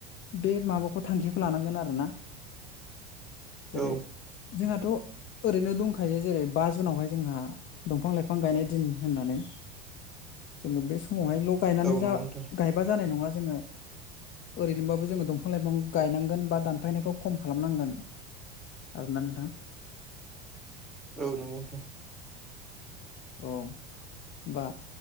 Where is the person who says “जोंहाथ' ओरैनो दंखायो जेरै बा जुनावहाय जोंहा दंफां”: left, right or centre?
Left